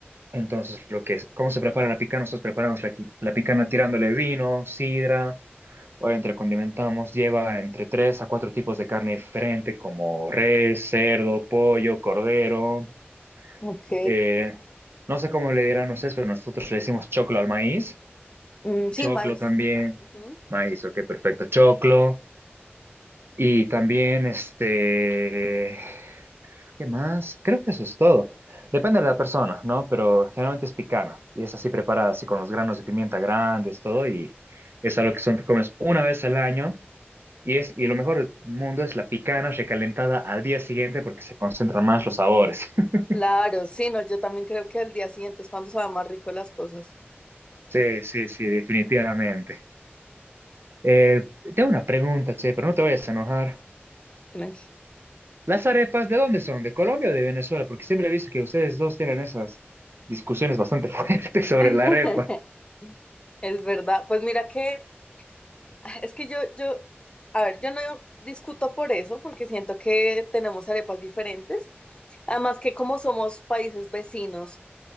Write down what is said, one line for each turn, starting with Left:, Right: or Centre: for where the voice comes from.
Right: Entonces, lo que es, ¿cómo se prepara la picana? Nosotros preparamos la, qui- la picana tirándole vino, sidra, obviamente la condimentamos, lleva entre tres a cuatro tipos de carne diferente, como res, cerdo, pollo, cordero.
Left: Ok.
Right: eh, no sé cómo le dirán ustedes, pero nosotros le decimos choclo al maíz,
Left: Mm, sí,
Right: choclo
Left: maíz.
Right: también,
Left: Ujú.
Right: maíz, ok, perfecto, choclo. Y también, este, ¿qué más? Creo que eso es todo. Depende de la persona, ¿no? Pero generalmente es picana y es así preparada, así con los granos de pimienta grandes, todo, y es algo que son, te comes una vez al año. Y, es, y lo mejor del mundo es la picana recalentada al día siguiente porque se concentran más los sabores. <laughs>
Left: Claro, sí, no, yo también creo que al día siguiente es cuando saben más rico las cosas.
Right: Sí, sí, sí, definitivamente. Eh, tengo una pregunta, che, pero no te vayas a enojar.
Left: Tranqui.
Right: Las arepas, ¿de dónde son? ¿De Colombia o de Venezuela? Porque siempre he visto que ustedes dos tienen esas discusiones bastante <laughs> fuertes sobre
Left: <laughs>
Right: la arepa.
Left: Es verdad. Pues mira que <laughs> Ah, Es que yo, yo, a ver, yo no discuto por eso, porque siento que tenemos arepas diferentes. Además que como somos países vecinos,